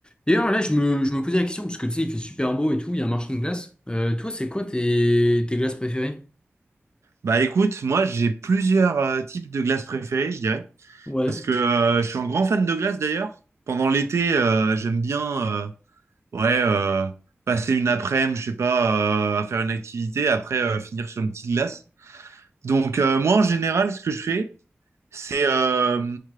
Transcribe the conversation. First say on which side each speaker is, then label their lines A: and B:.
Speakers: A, on the left; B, on the right.
A: D'ailleurs, là, je me, je me posais la question, parce que tu sais, il fait super beau et tout, il y a un marchand de glace. Euh, toi, c'est quoi tes, tes glaces préférées?
B: Bah écoute, moi j'ai plusieurs euh, types de glaces préférées, je dirais,
A: Ouais.
B: parce que euh, je suis un grand fan de glace d'ailleurs. Pendant l'été, euh, j'aime bien euh, ouais euh, passer une après-midi, je sais pas, euh, à faire une activité, après euh, finir sur une petite glace. Donc euh, moi en général, ce que je fais, c'est euh,